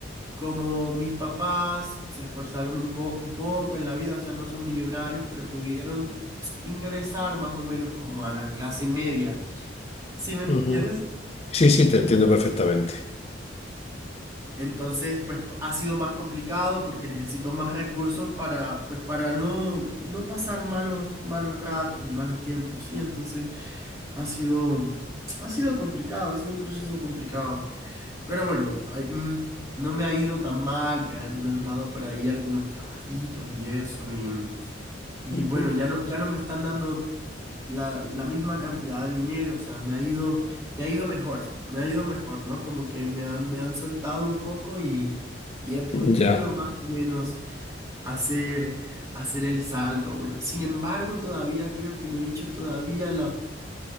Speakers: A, on the right; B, on the left.
A: como mis papás se esforzaron un po- un poco en la vida, o sea, no son millonarios, pero pudieron ingresar más o menos como a la clase media. ¿Sí me entiendes?
B: Ujú. Sí, sí, te entiendo perfectamente.
A: Entonces, pues ha sido más complicado porque necesito más recursos para, pues, para no, no pasar malos, malos ratos y malos tiempos, ¿sí? Entonces, ha sido, ha sido complicado, ha sido un proceso complicado. Pero bueno, ay, mm, no me ha ido tan mal, me han, me han dado por ahí algunos trabajitos y eso, y, y
B: Ujú.
A: bueno, ya no, ya no me están dando la, la misma cantidad de dinero, o sea, me ha ido, me ha ido mejor, me ha ido mejor, ¿no? Como que me han, me han soltado un poco y, y he podido
B: Ya,
A: más o menos hacer, hacer el salto. Bueno, sin embargo, todavía creo que no he hecho todavía